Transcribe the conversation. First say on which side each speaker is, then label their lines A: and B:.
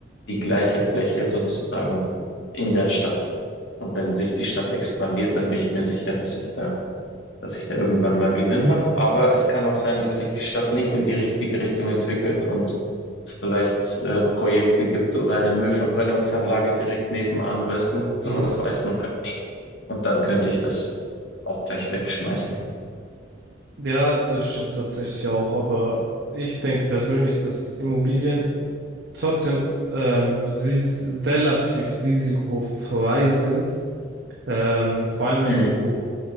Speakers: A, on the left (about 70°); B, on the right (about 60°).
A: die gleiche Fläche sozusagen in der Stadt. Und wenn sich die Stadt expandiert, dann bin ich mir sicher, dass ich da, dass ich da irgendwann mal Gewinn mache. Aber es kann auch sein, dass sich die Stadt nicht in die richtige Richtung entwickelt und es vielleicht äh, Projekte gibt oder eine Müllverbrennungsanlage direkt nebenan, weißt du? Sowas
B: Mhm.
A: weiß man halt nie. Und dann könnte ich das auch gleich wegschmeißen.
B: Ja, das stimmt tatsächlich auch, aber ich denke persönlich, dass Immobilien trotzdem ähm, ris relativ risikofrei sind. Ähm, vor allem, wenn
A: Mhm.
B: du